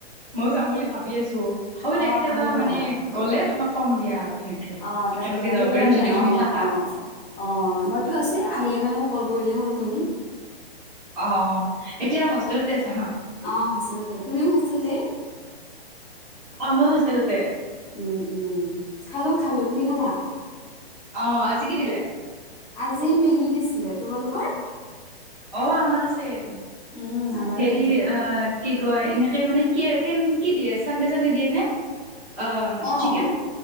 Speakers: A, on the right (about 20°); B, in the centre.
A: ময়ও যাম বুলি ভাবি আছো হ'ব
B: অ'
A: দিয়া কেতিয়াবা
B: আহিবা
A: মানে গ'লে তুমাক কম দিয়া আৰু সেনেকে
B: অ' তাকে
A: একেলগে
B: আহিলে
A: যাব পাৰিম
B: মানে
A: যদি তুমি
B: অ'
A: থাকা
B: অ অ মইতো আচো আহিলে মানে মোক কল কৰিলেই হ'ল তুমি
A: অ এতিয়া হোষ্টেলতে আছা ন
B: অ হোছতেলটে তুমিও হোষ্টেলত হে
A: অম হষ্টেলতে
B: উম উম খালো খালো তুমি খালা
A: অ আজি কি দিলে
B: আজি মেগী দিছিলে তোমালোকৰ
A: অ আমাৰ ছেম
B: উম আমাৰো
A: হেৰি
B: একেই
A: অ কি কয় এনেকে মানে কি কেনে কি দিয়ে চানডে চানডে দিয়ে নে অ
B: অ'
A: চিকেন